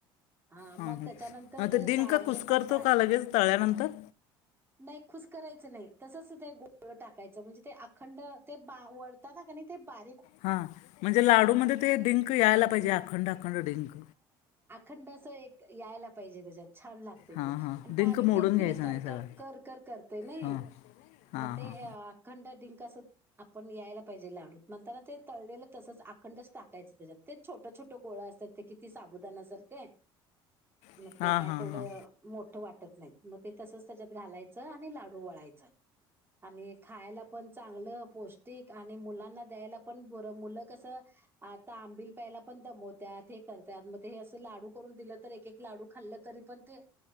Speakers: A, on the right; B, on the left.
A: हा
B: हां
A: मग
B: हां
A: त्याच्यानंतर
B: अं,
A: ते
B: डिंक
A: का
B: कुस्करतो
A: हे पण ड्राय
B: का लगेच तळल्यानंतर
A: नाही खुश करायचं नाही तसच ते गोळ टाकायचं म्हणजे ते अखंड ते बा वळताना कमी ते बा
B: हा म्हणजे लाडूमध्ये ते डिंक यायला पाहिजे अखंड अखंड डिंक.
A: थंड अस एक यायला पाहिजे त्याच्यात छान लागते
B: हां
A: ते
B: हां
A: आणि
B: डिंक
A: बारीक
B: मोडून
A: केलं कि
B: घ्यायचा
A: ते कर
B: नाही सगळा
A: कर कर कर करतय. नाहि
B: हां
A: मग
B: हां
A: ते
B: हां
A: अखंड डिंक. कसं आपण यायला पाहिजे लाडूत म्हणताना ते तळलेलं तसच आखंड टाकायचं त्याच्यात ते छोटे छोटे छोट गोळे असतात ते किती साबुदाना सारखे मग
B: हां
A: ते काय
B: हां हां
A: तेवढं
B: हां
A: मोठ वाटत. टत नाही मग ते तसच त्याच्यात घालायचं आणि लाडू वळायचं आणि खायला पण चांगलं पौष्टिक आणि मुलांना द्यायला पण बर मुलं कस आता आंबिल प्यायला पण दमत. त्यात हे करत्यात मग हे अस लाडू करून दिलं तर एक एक लाडू खाल्ले तरी पण ते